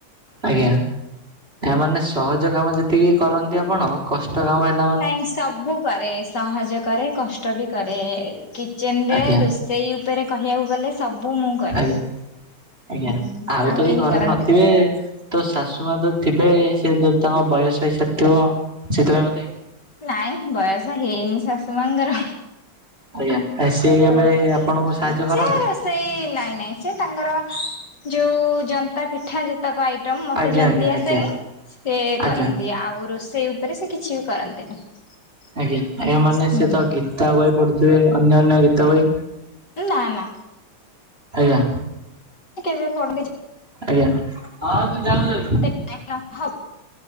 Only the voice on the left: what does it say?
ନାଇଁ ସବୁ କରେ ସହଜ କରେ କଷ୍ଟ ବି କରେ କିଚେନ ରେ
ର ସେଇ ଉପରେ କହିବାକୁ ଗଲେ ସବୁ ମୁଁ କରେ।
ହୁଁ
କେହି
କରନ୍ତିନି
ନାାଇଁ ବରସ ହେଇନି ସସୁ ମଙ୍ଗର
ଛି
ରୋଷେଇ ନାଇଁ ନାଇଁ। ସେ ତାଙ୍କର ଯୋଉ ଜନ୍ତା ପିଠା ଯେ ପତକ ଆଇଟମ୍ ମତେ
ଯନ୍ତି
ଆସେନି
ସେ
କରନ୍ତି ଆଉ ରୋଷେଇ ଉପରେ ସେ କିଛି ବି କରନ୍ତି। <unintelligible>
ହୁଁ
ନା ନା।
କେବେ ପି
ଆ